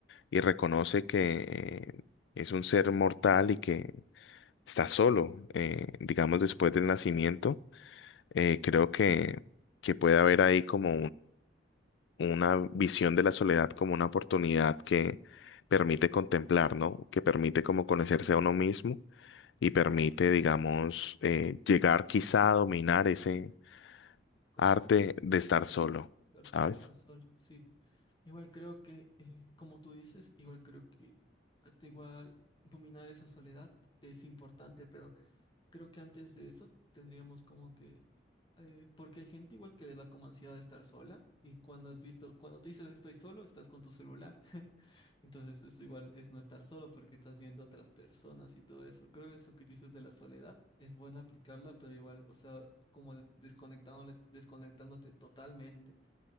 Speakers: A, on the left; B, on the left.
A: y reconoce que eh, es un ser mortal y que está solo, eh, digamos, después del nacimiento, eh, creo que, que puede haber ahí como una visión de la soledad como una oportunidad que permite contemplar, ¿no? Que permite como conocerse a uno mismo y permite, digamos, eh, llegar quizá a dominar ese
B: como
A: arte
B: tú,
A: de estar
B: sí,
A: solo,
B: dejarte
A: ¿sabes?
B: de estar sol, sí. Igual creo que, eh, como tú dices, igual creo que hasta igual dominar esa soledad es importante, pero creo que antes de eso tendríamos como que, eh, porque hay gente igual que le da como ansiedad de estar sola. Y cuando has visto, cuando tú dices estoy solo, estás con tu celular. <laughs> Entonces, eso igual es no estar solo porque estás viendo a otras personas y todo eso. Creo eso que dices de la soledad es bueno aplicarla, pero igual, o sea, como des- desconectándole- desconectándote totalmente.